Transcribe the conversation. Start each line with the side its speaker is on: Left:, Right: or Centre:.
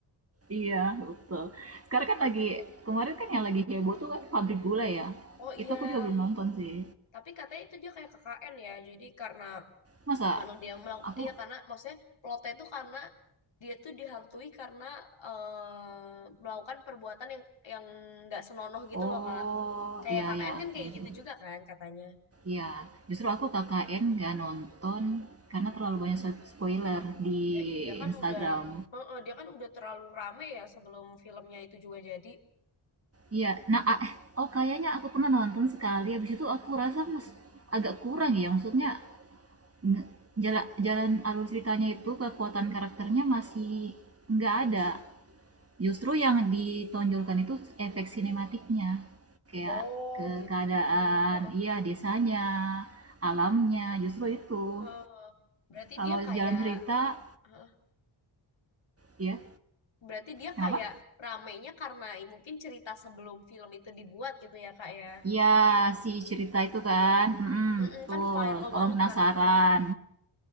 Right: Iya, betul. Sekarang kan lagi, kemarin kan yang lagi heboh tuh kan pabrik gula ya.
Left: Oh iya,
Right: Itu aku juga belum nonton sih.
Left: tapi katanya itu dia kayak KKN ya. Jadi karena
Right: Masa
Left: karena dia melakukan
Right: aku,
Left: iya karena maksudnya plotnya itu karena dia tuh dihantui karena eh, melakukan perbuatan yang yang nggak senonoh gitu
Right: oh
Left: loh kak kayak
Right: iya,
Left: KKN
Right: ya
Left: kan
Right: kayaknya
Left: kayak
Right: sih.
Left: gitu juga kan katanya
Right: Iya, justru aku KKN nggak nonton karena terlalu banyak so- spoiler di
Left: ya dia kan
Right: Instagram.
Left: udah eh, dia kan udah terlalu rame ya sebelum filmnya itu juga jadi
Right: Iya, nah ah, eh, oh kayaknya aku pernah nonton sekali, habis itu aku rasa mes- agak kurang ya, maksudnya nge- jala, jalan alur ceritanya itu kekuatan karakternya masih nggak ada. Justru yang ditonjolkan itu efek sinematiknya, kayak
Left: oh
Right: ke
Left: gitu
Right: keadaan,
Left: Heeh,
Right: iya desanya, alamnya, justru itu.
Left: heeh. berarti
Right: Kalau
Left: dia kayak
Right: jalan cerita,
Left: heeh.
Right: ya
Left: berarti dia
Right: kenapa?
Left: kayak ramenya karena mungkin cerita sebelum film itu dibuat gitu ya kak ya
Right: Iya, si cerita itu kan. Mm-mm,
Left: Mm-mm,
Right: betul.
Left: kan viral
Right: Orang
Left: banget
Right: penasaran.
Left: kan itu